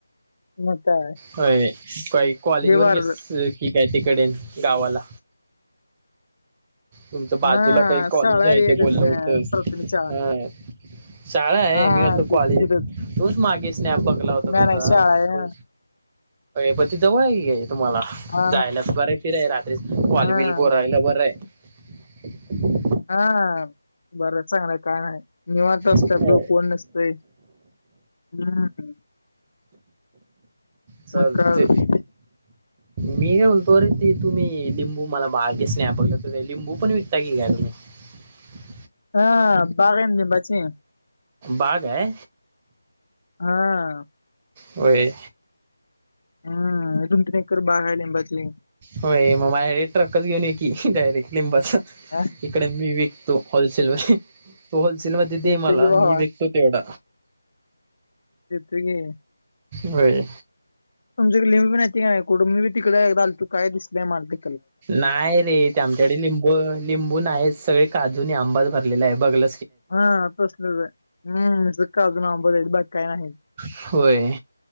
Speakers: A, on the left; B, on the right.
A: मग काय
B: होय काही कॉलेज
A: लय
B: वर
A: वार
B: घेतलय की तिकड गावाला तुमच्या बाजूला
A: हा
B: काही कॉलेज
A: शाळा
B: आहे
A: रे
B: ते
A: एक
B: बोललं
A: अं,
B: होतस
A: प्राथमिक शाळा
B: हा शाळा आहे
A: हा
B: मी म्हणलं
A: हा ते
B: कॉलेज
A: तिथेच
B: आहे. तोच मागे स्नॅप बघला होता
A: नाही
B: तुझा
A: नाही शाळा आहे हा.
B: प ती जवळ आहे घ्याय.. तुम्हाला
A: हा
B: जायला बर आहे फिर आहे रात्री वॉलबल
A: हा
B: बोरायला बरं आहे.. <inaudible>
A: हा बरं चांगलंय काय नाही.. निवत असतात
B: आहे
A: लोक कोण नसतय हम्म..
B: चालतंय
A: मग काय
B: मी काय बोलतो अरे ते तुम्ही लिंबू मला बागेस नाही बघ लिंबू पण विकता की काय तुम्ही. <inaudible>
A: हा बाग आहे लिंबाचे
B: बाग आहे
A: हा
B: होय <unintelligible>
A: हम्म रुंदणेकर बाग आहे लिंबाची
B: होय मग माझ्या ट्रकच घेऊन ये की डायरेक्ट लिंबाच
A: हा
B: इकडे मी विकतो होलसेलमध्ये तो होलसेलमध्ये
A: येतो
B: दे मला
A: की भावा
B: मी विकतो तेवढ
A: देतो की
B: होय
A: तुमच्याकडे लिहमी पण येत काय नाही कुठ मी तिकडे एकदा आलतो काय दिसलेय माल ती
B: नाही रे ते आमच्याकडे लिंबू लिंबू नाही आहे सगळे काजू आंबाात भरलेला आहे बघल
A: हा तसलच आहे हम्म नुसत काजू आणि आंबा बाकी काय नाही.
B: होय